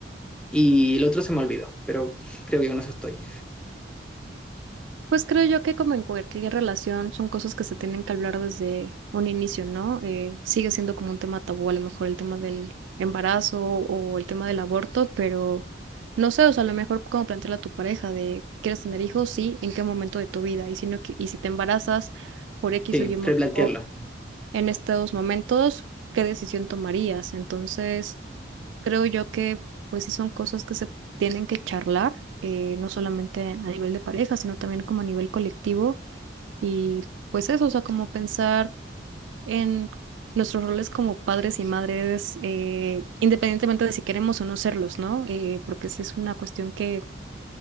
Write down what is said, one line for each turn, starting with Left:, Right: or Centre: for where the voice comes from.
Centre: Y el otro se me olvidó, pero creo que con eso estoy.
Right: Pues creo yo que como en cualquier relación son cosas que se tienen que hablar desde un inicio, ¿no? Eh, sigue siendo como un tema tabú, a lo mejor el tema del embarazo o el tema del aborto, pero no sé, o sea, a lo mejor como plantearle a tu pareja de, ¿quieres tener hijos? Sí, ¿en qué momento de tu vida? Y si no, qui- y si te embarazas por X
Centre: Sí,
Right: o Y motivo,
Centre: replantearlo.
Right: en estos momentos, ¿qué decisión tomarías? Entonces, creo yo que pues sí son cosas que se tienen que charlar, eh, no solamente a nivel de pareja, sino también como a nivel colectivo y pues eso, o sea, como pensar en nuestros roles como padres y madres, eh, independientemente de si queremos o no serlos, ¿no? Eh, porque sí es una cuestión que